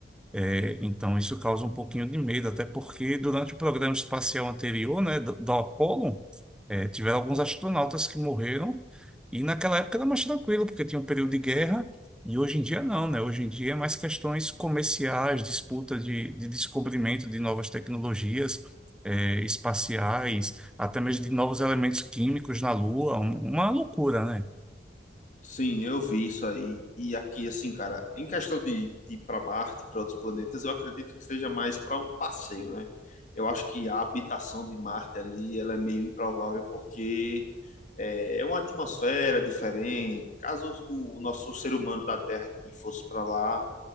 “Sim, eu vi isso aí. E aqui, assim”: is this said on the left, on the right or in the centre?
Left